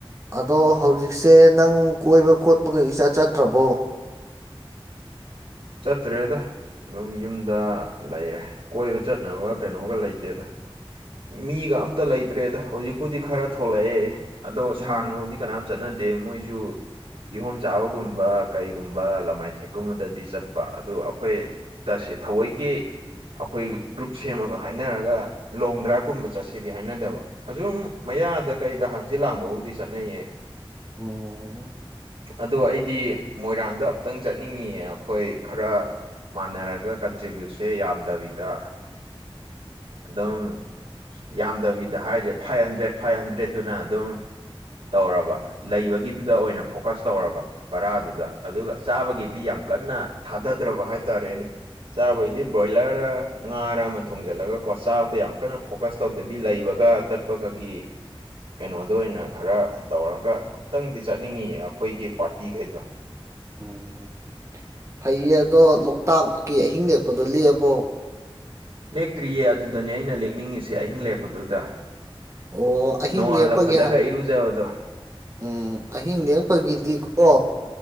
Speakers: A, on the right; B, on the right.
A: ꯑꯗꯣ ꯍꯧꯖꯤꯛꯁꯦ ꯅꯪ ꯀꯣꯏꯕ ꯈꯣꯠꯄꯒ ꯏꯆꯠ ꯆꯠꯇ꯭ꯔꯕꯣ
B: ꯆꯠꯇ꯭ꯔꯦꯗ ꯑꯗꯨꯝ ꯌꯨꯝꯗ ꯂꯩꯔꯦ ꯀꯣꯏꯕ ꯆꯠꯅꯕ ꯀꯩꯅꯣꯒ ꯂꯩꯇꯦꯗ ꯃꯤꯒ ꯑꯝꯇ ꯂꯩꯇ꯭ꯔꯦꯗ ꯍꯧꯖꯤꯛꯄꯨꯗꯤ ꯈꯔ ꯊꯣꯛꯂꯛꯑꯦ ꯑꯗꯣ ꯁꯥꯡꯅꯕꯨꯗꯤ
A: ꯎꯝ
B: ꯀꯅꯥꯝ ꯆꯠꯅꯗꯦ ꯑ ꯗꯦ ꯃꯣꯏꯁꯨ ꯀꯤꯍꯣꯝ ꯆꯥꯕꯒꯨꯝꯕ ꯀꯩꯒꯨꯝꯕ ꯂꯃꯥꯏꯊꯦꯛꯀꯨꯝꯕꯗꯗꯤ ꯆꯠ ꯑꯗꯨ ꯑꯩꯈꯣꯏ ꯇꯁ ꯊꯑꯣꯏꯒꯤ ꯑꯩꯈꯣꯏ ꯒ꯭ꯔꯨꯞ ꯁꯦꯝꯃꯒ ꯍꯥꯏꯅꯔꯒ ꯂꯣꯡ ꯗ꯭ꯔꯥꯏꯚ ꯀꯨꯝꯕ ꯆꯠꯁꯦꯗꯤ ꯍꯥꯏꯅꯗꯕ ꯑꯁꯨꯝ ꯃꯌꯥꯗ ꯀꯩꯗ ꯍꯥꯡꯆꯤꯜ ꯂꯥꯡꯕꯕꯨꯗꯤ ꯆꯠꯅꯩꯌꯦ
A: ꯎꯝ
B: ꯑꯗꯣ ꯑꯩꯗꯤ ꯃꯣꯏꯔꯥꯡꯗ ꯑꯝꯇꯪ ꯆꯠꯅꯤꯡꯉꯤꯑ ꯑꯩꯈꯣꯏ ꯈꯔ ꯃꯥꯟꯅꯔꯒ ꯀꯟꯇ꯭ꯔꯤꯕ꯭ꯌꯨꯠꯁꯦ ꯌꯥꯝꯗꯕꯤꯗ ꯗꯨꯝ ꯌꯥꯝꯗꯕꯤꯗ ꯍꯥꯏꯔꯤꯁꯦ ꯐꯥꯏꯚ ꯍꯟꯗ꯭ꯔꯦꯠ ꯐꯥꯏꯚ ꯍꯟꯗ꯭ꯔꯦꯠꯇꯨꯅ ꯑꯗꯨꯝ ꯇꯧꯔꯕ ꯂꯩꯕꯒꯤꯗꯨꯗ ꯑꯣꯏꯅ ꯐꯣꯀꯁ ꯇꯧꯔꯕ ꯕꯔꯥꯗꯨꯗ ꯑꯗꯨꯒ ꯆꯥꯕꯒꯤꯗꯤ ꯌꯥꯝ ꯀꯟꯅ ꯊꯥꯗꯗ꯭ꯔꯕ ꯍꯥꯏꯇꯥꯔꯦꯅꯦ ꯆꯥꯕꯩꯗꯤ
A: ꯎꯝ
B: ꯕ꯭ꯔꯣꯏꯂꯔ ꯉꯥꯔ ꯑꯃ ꯊꯣꯡꯖꯤꯜꯂꯒ ꯀꯣ ꯆꯥꯕꯗ ꯌꯥꯝ ꯀꯟꯅ ꯐꯣꯀꯁ ꯇꯧꯗꯕꯤ ꯂꯩꯕꯒ ꯆꯠꯄꯒꯒꯤ ꯀꯩꯅꯣꯗ ꯑꯣꯏꯅ ꯈꯔ ꯇꯧꯔꯒ ꯑꯝꯛꯇꯪꯗꯤ ꯆꯠꯅꯤꯡꯉ ꯑꯩꯈꯣꯏꯒꯤ ꯄꯥꯔꯇꯤꯈꯩꯗꯣ
A: ꯎꯝ ꯐꯩꯌꯦ ꯑꯗꯣ ꯂꯣꯛꯇꯥꯛꯀꯤ ꯑꯍꯤꯡ ꯂꯦꯛꯄꯗꯣ ꯂꯦꯛꯑꯕꯣ
B: ꯂꯦꯛꯇ꯭ꯔꯤꯌꯦ ꯑꯗꯨꯗꯅꯦ ꯑꯩꯅ ꯂꯦꯛꯅꯤꯡꯉꯤꯁꯦ ꯑꯍꯤꯡ ꯂꯦꯛꯄꯗꯨꯗ
A: ꯑꯣ ꯑꯍꯤꯡ
B: ꯅꯣꯡꯉꯥꯜꯂꯛꯄꯗꯒ
A: ꯂꯦꯛꯄꯒꯤ
B: ꯏꯔꯨꯖꯕꯗꯣ
A: ꯎꯝ ꯑꯍꯤꯡ ꯅꯦꯛꯄꯒꯤꯗꯤꯀꯣ